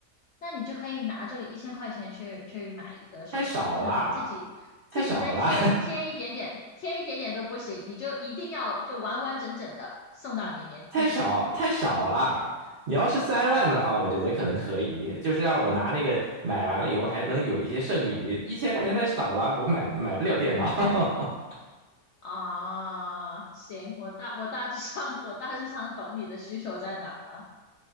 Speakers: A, on the left; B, on the right.
A: 那你就可以拿这个一千块钱去去买一个手机，
B: 太少啦，
A: 或者你自己自己再贴贴一点点，
B: 太少啦，
A: 贴一点点都不行，你就一定要就完完整整的送到你面面前。
B: <laughs> 太少太少啦。你要是三万的话，
A: 啊
B: 我觉得可能可以，就是让我拿那个买完了以后还能有一些剩余。一千块钱太少了，我买买不了电脑。
A: 啊，行，我大我大致上 <laughs> 我大致上懂你的需求在哪儿了。